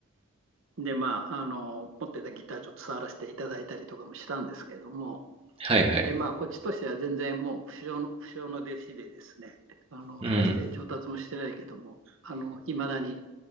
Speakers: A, on the right (about 60°); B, on the right (about 25°).
A: で、まあ、あの、持ってたギターちょっと触らせていただいたりとかもしたんですけれども、
B: はいはい。
A: で、まあ、こっちとしては全然もう不肖の、不肖の弟子でですね、あの、
B: うん、
A: 大して上達もしてないけども、あの、いまだに